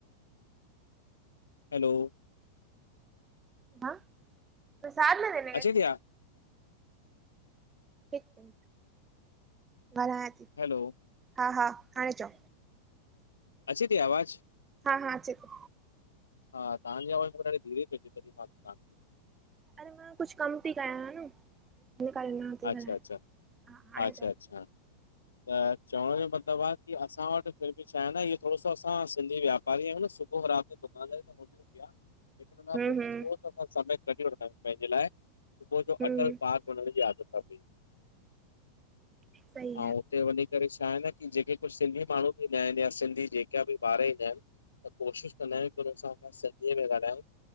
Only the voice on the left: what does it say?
हैलो
अचे
थिया
हैलो
अचे थी आवाज़
हा तव्हांजी आवाज़ माखे ॾाढी धीरे ती अचे तॾहि पइ
अच्छा अच्छा
अच्छा
अच्छा त चवण जो मतिलबु आहे की असां वटि फिर बि छा आहे न इहो थोरो सो असां सिंधी वायापारी आहियूं न सुबुह राति ताल त हूंदी आहे लेकिन उनखां
पोइ
थोरो असां समय कढी वठंदा आहियूं पंहिंजे लाइ सुबुह जो
अटल पार्क वञण जी आदत हा भया
ऐं हुते वञी करे छाहे न कि जेके कुझु सिंधी माण्हू बि ईंदा आहिनि या सिंधी जेका बि ॿार ईंदा आहिनि त कोशिशि कंदा आहियूं की हुनसांसां सिंधीअ मेंॻाल्हायूं